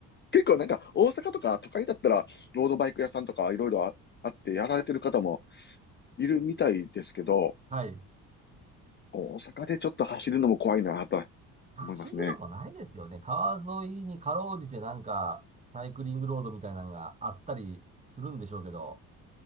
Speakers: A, on the left; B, on the right.
A: 結構なんか大阪とか都会だったらロードバイク屋さんとかいろいろああってやられてる方もいるみたいですけど、
B: はい。
A: 大阪でちょっと走るのも怖いなと
B: 走るとこないですよね。
A: 思いますね。
B: 川沿いにかろうじてなんか、サイクリングロードみたいなのがあったりするんでしょうけど。